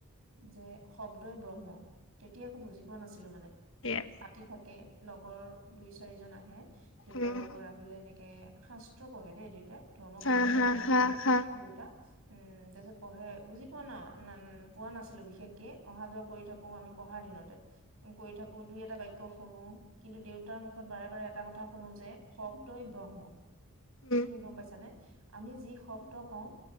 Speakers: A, on the right (about 80°); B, on the left (about 65°).
A: যে শব্দই ব্ৰহ্ম তেতিয়া একো বুজি পোৱা নাছিলো মানে।
B: এয়ে।
A: পাতি থাকে লগৰ দুই চাৰিজন আহে দেউতাৰ
B: উম
A: লগৰ আ। বিলে এনেকে শাস্ত্ৰ পঢ়ে দেই দেউতাই ধৰ্ম গ্ৰন্থ
B: হা
A: বিলাক
B: হা
A: পঢ়ে
B: হা হা
A: দেউতা। উম তাৰ পিছত পঢ়ে বুজি পোৱা না নান পোৱা নাছিলো বিশেষকে অহা যোৱা কৰি থা। অ আমি পঢ়া দিনতে কৰি থাকো দুই এটা বাক্য শুনো কিন্তু দেউতাৰ মো খত বাৰে বাৰে এটা কথা শুনো যে শব্দই ব্ৰহ্ম।
B: উম।
A: কি গম পাইছানে? আমি যি শব্দ কওঁ